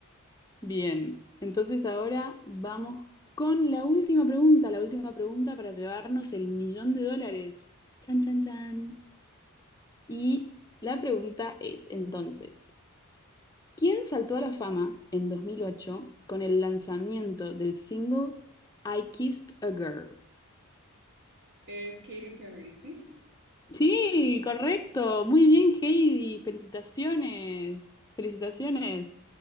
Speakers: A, on the left; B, on the right.
A: Bien. Entonces ahora vamos con la última pregunta, la última pregunta para llevarnos el millón de dólares. Chan, chan, chan. Y la pregunta es, entonces, ¿quién saltó a la fama en 2008 con el lanzamiento del single I Kissed a Girl?
B: Es Katy Perry, ¿sí?
A: Sí, correcto. Muy bien, Heidi. Felicitaciones. Felicitaciones.